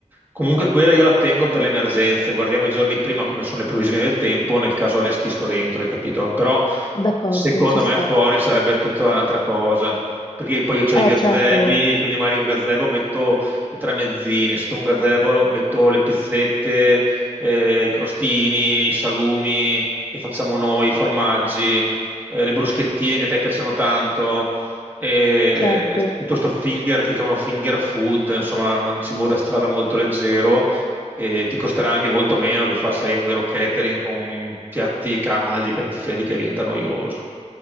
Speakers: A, on the right (about 15°); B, on the left (about 35°).
A: Comunque quella io la tengo per le emergenze, guardiamo i giorni prima come sono le previsioni del tempo, nel caso allestisco dentro, hai capito? Però
B: D'accordo,
A: secondo
B: ci sta.
A: me fuori sarebbe tutta un'altra cosa, perché poi io ho i
B: Eh,
A: gazebi
B: certo,
A: e quindi magari un gazebo metto i tramezzini, sotto un gazebo metto le pizzette, eh, i crostini, i salumi che facciamo noi, i formaggi, eh, le bruschettine che a te piacciono tanto e
B: certo.
A: tutto sto finger che chiamano finger food, insomma, cibo da strada molto leggero, che ti costerà anche molto meno che farsi un vero catering con piatti caldi, piatti freddi che diventa noioso.